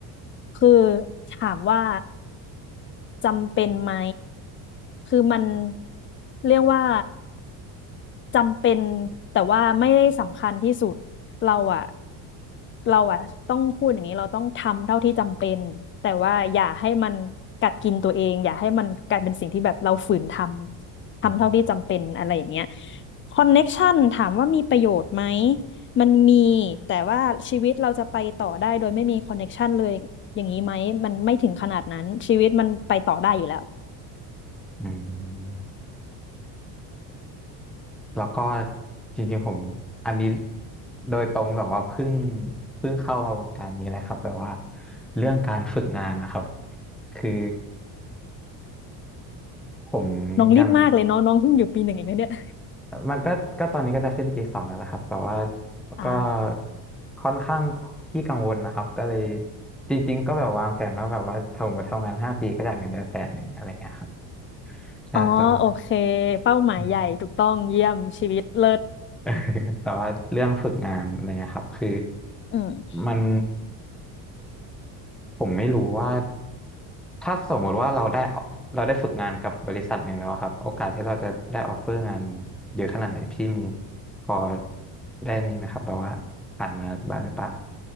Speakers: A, on the left (about 30°); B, in the centre.
A: คือถามว่า จำเป็นไหม คือมันเรียกว่าจำเป็นแต่ว่าไม่ได้สำคัญที่สุดเราอะเราอะต้องพูดอย่างนี้เราต้องทำเท่าที่จำเป็นแต่ว่าอย่าให้มันกัดกินตัวเองอย่าให้มันกลายเป็นสิ่งที่แบบเราฝืนทำทำเท่าที่จำเป็นอะไรอย่างเงี้ย
B: อืม
A: คอนเน็กชันถามว่ามีประโยชน์ไหมมันมีแต่ว่าชีวิตเราจะไปต่อได้โดยไม่มีคอนเน็กชันเลยอย่างนี้ไหมมันไม่ถึงขนาดนั้นชีวิตมันไปต่อได้อยู่แล้ว
B: อืม แล้วก็จริงๆผมอันนี้โดยตรงแบบว่าเพิ่งเพิ่งเข้ามาวงการนี้เลยครับแบบว่าเรื่องการฝึกงานนะครับคือผม
A: น้องรีบมากเลยเนาะน้องเพิ่งอยู่ปีหนึ่งเองนะเนี่ย
B: ยังมันก็ก็ตอนนี้ก็จะขึ้นปีสองแล้วนะครับแต่ว่า
A: อ่า
B: ก็ค่อนข้างขี้กังวลนะครับก็เลยจริงๆก็แบบวางแผนแล้วแบบว่าถ้าผมทำงานห้าปีก็อยากเงินเดือนแสนหนึ่งอะไรเงี้ยครับใช่แต่ว่า
A: อ๋อโอเคเป้าหมายใหญ่ถูกต้องเยี่ยมชีวิตเลิศ
B: อืม <laughs> แต่ว่าเรื่องฝึกงานอะไรเนี่ยครับคือ
A: อืม
B: มัน ผมไม่รู้ว่าถ้าสมมติว่าเราได้เราได้ฝึกงานกับบริษัทหนึ่งแล้วอะครับโอกาสที่เราจะได้ออฟเฟอร์งานเยอะขนาดไหนพี่มีพอได้นี่ไหมครับแบบว่าผ่านมาบ้างหรือเปล่า